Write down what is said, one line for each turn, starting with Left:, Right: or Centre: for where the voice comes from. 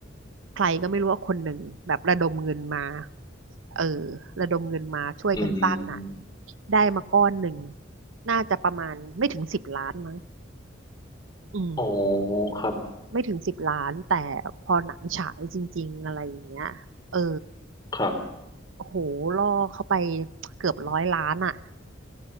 Right: ใครก็ไม่รู้ว่าคนหนึ่งแบบระดมเงินมาเออระดมเงินมาช่วยกันสร้างหนัง
Left: อืม
Right: ได้มาก้อนหนึ่งน่าจะประมาณไม่ถึงสิบล้านมั้งอืม
Left: อ๋อครับ
Right: ไม่ถึงสิบล้านแต่พอหนังฉายจริงๆอะไรอย่างเงี้ยเออ
Left: ครับ
Right: โอ้โหล่อเข้าไปเกือบร้อยล้านอ่ะ